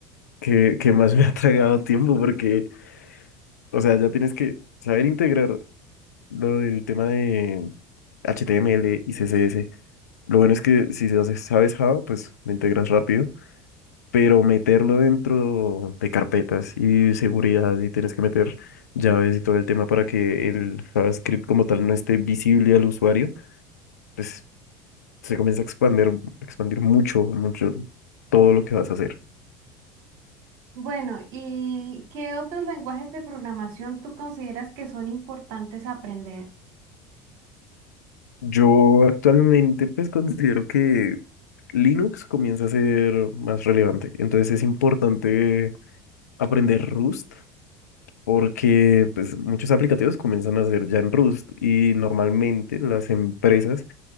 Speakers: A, on the left (about 70°); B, on the right (about 50°).
A: que, que más me ha tragado tiempo porque, o sea, ya tienes que saber integrar. Lo del tema de HTML y CSS. Lo bueno es que si se hace- sabes Java, pues lo integras rápido, pero meterlo dentro de carpetas y seguridad y tienes que meter llaves y todo el tema para que el JavaScript como tal no esté visible al usuario, pues se comienza a expandir, expandir mucho, mucho todo lo que vas a hacer.
B: Bueno, ¿y qué otros lenguajes de programación tú consideras que son importantes aprender?
A: Yo actualmente pues considero que Linux comienza a ser más relevante, entonces es importante aprender Rust porque pues, muchos aplicativos comienzan a hacer ya en Rust y normalmente las empresas